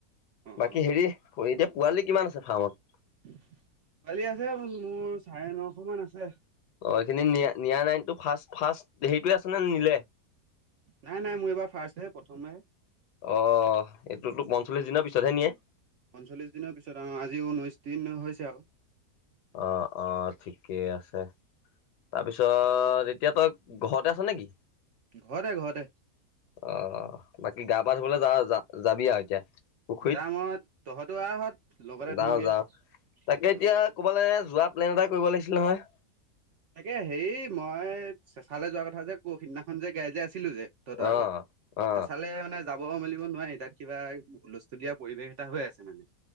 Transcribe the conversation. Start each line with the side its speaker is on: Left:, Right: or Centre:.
Right: অ
Left: বাকী
Right: অ।
Left: হেৰি এতিয়া পোৱালি কিমান আছে ফাৰ্মত?
Right: পোৱালি আছে মোৰ চাৰে নশ মান আছে।
Left: অ', এইখিনি নিয়া নিয়া নাইটো ফাৰ্ষ্ট ফাৰ্ষ্ট হেৰিটোৱে আছে নে নিলে?
Right: নাই নাই মোৰ এইবাৰ ফাৰ্ষ্টহে প্ৰথমহে।
Left: অহ এইটোতো পঞ্চল্লিশ দিনৰ পিছতহে নিয়ে?
Right: পঞ্চল্লিছ দিনৰ পিছত অ' আজি ঊনৈছ দিন হৈছে আৰু।
Left: অ', অ', ঠিকেই আছে। তাৰপিছত এতিয়া তই ঘৰতে আছনে কি?
Right: ঘৰতে ঘৰতে।
Left: অ', বাকী গা পা ধুবলৈ যাৱ যা-যাবি আৰু এতিয়া? পুখুৰীত?
Right: যাম মই তহঁতো আহহঁত লগতে
Left: যাওঁ
Right: ধুমগে।
Left: যাওঁ। তাকে এতিয়া
Right: অ।
Left: ক'ৰবালে যোৱা প্লেন এটা কৰিব লাগিছিলে নহয়।
Right: তাকে হেৰি মই চেঁচালৈ যোৱা কথা যে পৌৰসিদিনাখন যে গাই যে আছিলো যে। তহঁতৰ আগত,
Left: অ অ
Right: চেচাঁলে মানে যাব মেলিব নোৱাৰি তাত কিবা হুলস্থুলীয়া পৰিৱেশ এটা হৈ আছে মানে।